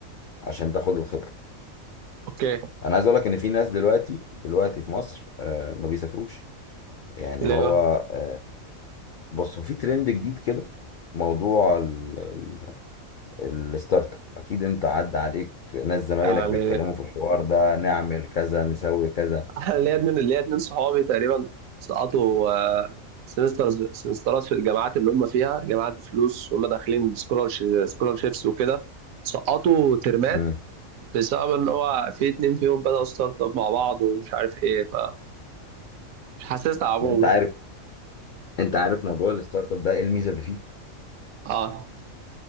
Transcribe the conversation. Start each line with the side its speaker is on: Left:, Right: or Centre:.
Left: عشان تاخد الخبرة
Right: اوكي
Left: انا عايز اقول لك ان في ناس دلوقتي دلوقتي في مصر آه، ما بيسافروش يعني
Right: ليه
Left: هو
Right: بقى؟
Left: آه، بص هو في ترند جديد كده موضوع ال- ال- الستارت اب اكيد انت عدى عليك ناس زمايلك
Right: يعني
Left: بيتكلموا في الحوار ده نعمل كذا نسوي كذا
Right: <laughs> أنا ليا اتنين ليا اتنين صحابي تقريبا سقطوا آه، سمسترز سمسترات في الجامعات اللي هم فيها جامعات بفلوس وهم داخلين بسكولارش سكولارشيبس وكده سقطوا ترمات
Left: امم
Right: بسبب ان هو في اتنين فيهم بدأوا ستارت اب مع بعض ومش عارف ايه فمش حاسسها عموما
Left: انت عارف انت عارف موضوع الستارت اب ده ايه الميزه اللي فيه
Right: اه